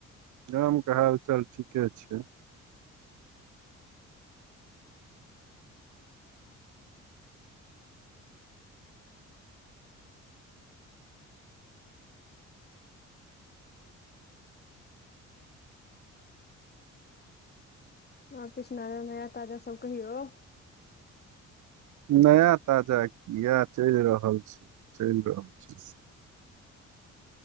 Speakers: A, on the right; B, on the left.
A: गामके हालचाल ठीके छै
B: आर कृछ नया नया ताजा सब कहियौ
A: नया ताजा कएह चलि रहल छै चलि रहल छै